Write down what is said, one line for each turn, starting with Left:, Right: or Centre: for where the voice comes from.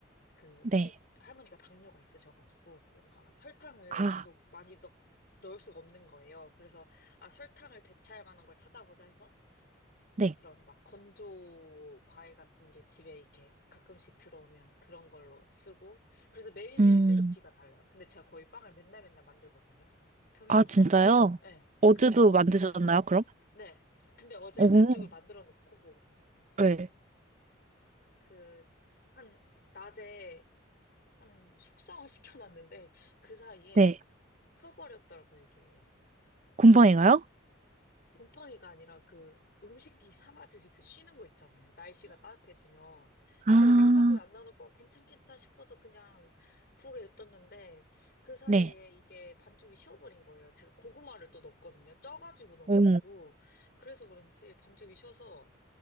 Left: 그
Right: 네.
Left: 이제 할머니가 당뇨가 있으셔가지고 뭔가 설탕을
Right: 아,
Left: 계속 많이 넣, 넣을 수가 없는 거예요. 그래서 아 설탕을 대체할 만한 걸 찾아보자 해서
Right: 네.
Left: 그런 막 건조 과일 같은 게 집에 이렇게 가끔씩 들어오면 그런 걸로 쓰고 그래서 매일매일
Right: 음,
Left: 레시피가 달라요. 근데 제가 거의 빵을 맨날 맨날 만들거든요. 평일마다.
Right: 아, 진짜요? 네.
Left: 네.
Right: 어제도
Left: 그래서
Right: 만드셨나요, 그럼?
Left: 네. 근데 어제
Right: 오,
Left: 반죽을 만들어 놓고
Right: 네.
Left: 그, 한, 낮에 한 숙성을 <laughs> 시켜놨는데 그 사이에
Right: 네.
Left: 펴버렸더라고, 이게.
Right: 곰팡이가요?
Left: 곰팡이가 아니라 그 음식이 상하듯이 그 쉬는 거 있잖아요. 날씨가 따뜻해지면.
Right: 아,
Left: 제가 냉장고에 안 넣어놓고 아, 괜찮겠다 싶어서 그냥 푹에 냅뒀는데 그 사이에
Right: 네.
Left: 이게 반죽이 쉬어버린 거예요. 제가 고구마를 또 넣었거든요. 쪄가지고 넣어가지고.
Right: 오,
Left: 그래서 그런지 반죽이 쉬어서